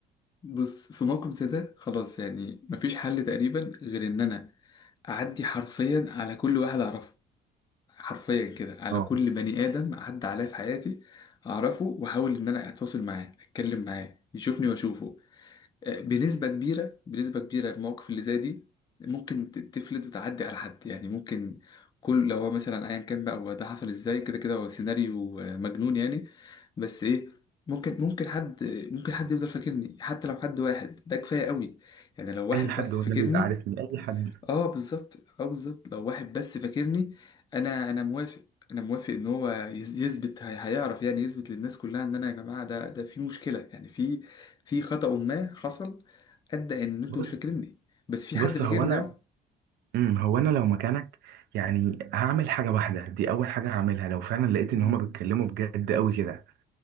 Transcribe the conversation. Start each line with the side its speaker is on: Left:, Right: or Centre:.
Left: بص في موقف زي ده خلاص يعني مفيش حل تقريبا غير ان انا اعدي حرفيا على كل واحد اعرفه حرفيا كده على
Right: اه
Left: كل بني ادم عدى عليا في حياتي اعرفه واحاول ان انا اتواصل معاه اتكلم معاه يشوفني واشوفه بنسبة كبيرة بنسبة كبيرة المواقف اللي زي دي ممكن ت- تفلت وتعدي على حد يعني ممكن كل لو هو مثلا ايا كان بقى هو ده حصل ازاي كده كده هو سيناريو آه، مجنون يعني بس ايه ممكن ممكن حد ممكن حد يفضل فاكرني حتى لو حد واحد ده كفاية قوي يعني لو واحد
Right: اي حد
Left: بس
Right: والنبي
Left: فاكرني
Right: يبقى عارفني اي حد
Left: اه بالظبط اه بالظبط لو واحد بس فاكرني انا انا موافق انا موافق ان هو يز- يثبت هي- هيعرف يعني يثبت للناس كلها ان انا يا جماعه ده ده في مشكله يعني في في خطأ ما حصل ادى ان انتوا
Right: بص
Left: مش فاكريني بس في
Right: بص
Left: حد فاكرني
Right: هو انا
Left: اهو
Right: امم هو انا لو مكانك يعني هعمل حاجه واحده دي اول حاجه هعملها لو فعلا لقيت ان
Left: مم،
Right: هما بيتكلموا بجد قوي كده